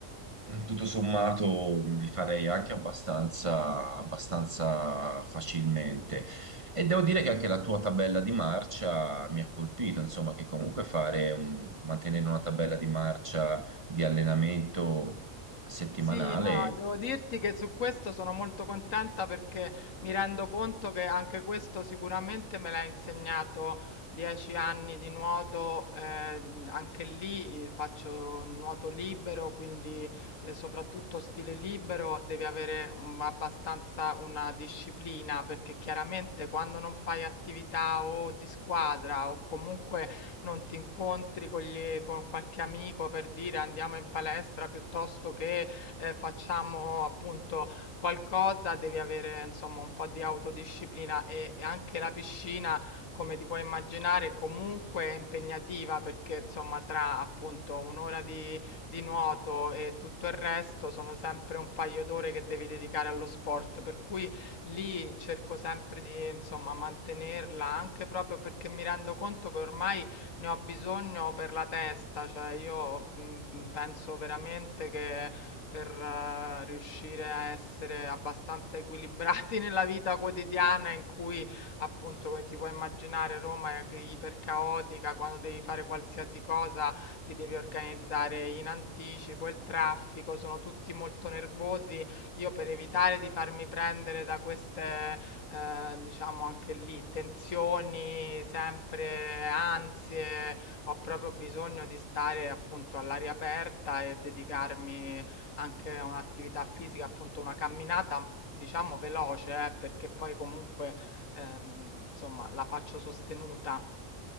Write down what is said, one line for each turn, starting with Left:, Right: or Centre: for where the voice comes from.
Right: tutto sommato, mh, li farei anche abbastanza, abbastanza facilmente. E devo dire che anche la tua tabella di marcia mi ha colpito, insomma, che comunque fare un- mantenere una tabella di marcia di allenamento settimanale
Left: Sì, no, devo dirti che su questo sono molto contenta perché mi rendo conto che anche questo sicuramente me l'ha insegnato dieci anni di nuoto, eh, anche lì eh, faccio nuoto libero, quindi eh, soprattutto stile libero devi avere un- abbastanza una disciplina perché chiaramente quando non fai attività o di squadra o comunque non ti incontri con, gli- con qualche amico per dire andiamo in palestra piuttosto che eh, facciamo appunto qualcosa, devi avere insomma un po' di autodisciplina e, e anche la piscina, come ti puoi immaginare, comunque è impegnativa perché insomma tra appunto un'ora di, di nuoto e tutto il resto sono sempre un paio d'ore che devi dedicare allo sport, per cui lì cerco sempre di insomma mantenerla anche proprio perché mi rendo conto che ormai ne ho bisogno per la testa, cioè io mm, penso veramente che per eh, riuscire a essere abbastanza equilibrati <laughs> nella vita quotidiana in cui, appunto, come ti puoi immaginare, Roma è ipercaotica, quando devi fare qualsiasi cosa ti devi organizzare in anticipo, il traffico, sono tutti molto nervosi. Io per evitare di farmi prendere da queste, eh, diciamo anche lì, tensioni, sempre ansie, ho proprio bisogno di stare appunto all'aria aperta e dedicarmi anche un'attività fisica, appunto una camminata, diciamo veloce, eh, perché poi comunque ehm, insomma la faccio sostenuta.